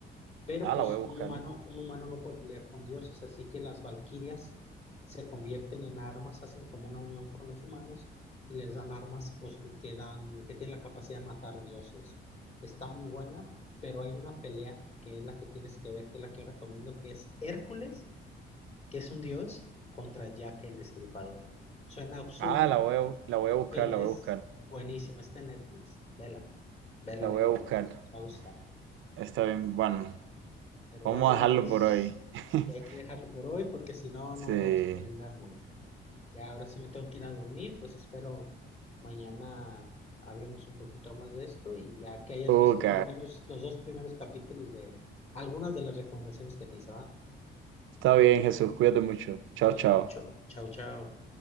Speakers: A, on the left; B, on the right.
A: Pero
B: Ah,
A: pues
B: la voy a buscar.
A: un humano, un humano no puede pelear con dioses, así que las valquirias se convierten en armas, hacen como una unión con los humanos y les dan armas pues, que dan, que tienen la capacidad de matar dioses. Está muy buena, pero hay una pelea que es la que tienes que ver, que es la que yo recomiendo, que es Hércules, que es un dios, contra Jack el Destripador. Suena absurdo,
B: Ah, la voy a, la voy a buscar,
A: pero
B: la voy
A: es
B: a buscar,
A: buenísima. Está en Netflix. Vela, vela,
B: la voy
A: vela,
B: a
A: vela.
B: buscar.
A: Te va a gustar.
B: Está bien, bueno,
A: Pero
B: vamos
A: bueno,
B: a
A: Iramis,
B: dejarlo por hoy. <laughs>
A: ya hay que dejarlo por hoy porque si no,
B: Sí.
A: no lo vamos a terminar nunca. Ya ahora sí me tengo que ir a dormir, pues espero mañana hablemos un poquito más de esto y ya que hayas
B: Ok.
A: visto al menos los dos primeros capítulos de algunas de las recomendaciones que te hice, ¿va?
B: Está bien, Jesús, cuídate mucho. Chao,
A: Cuídate
B: chao.
A: mucho. Chao, chao.